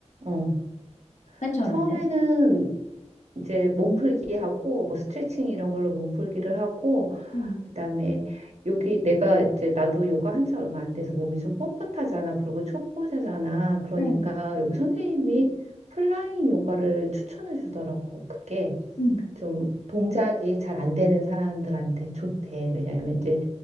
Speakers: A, on the right; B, on the left.
A: 어.
B: 맨 처음에는?
A: 처음에는 이제 몸풀기 하고, 뭐 스트레칭 이런 걸로 몸풀기를 하고,
B: 응.
A: 그다음에 여기 내가 이제 나도 요가 한 지 얼마 안 돼서 몸이 좀 뻣뻣하잖아. 그리고 초보자잖아. 그러니까
B: 응,
A: 여기 선생님이 플라잉 요가를 추천해 주더라고. 그게
B: 응,
A: 좀 동작이 잘 안 되는 사람들한테 좋대. 왜냐면 이제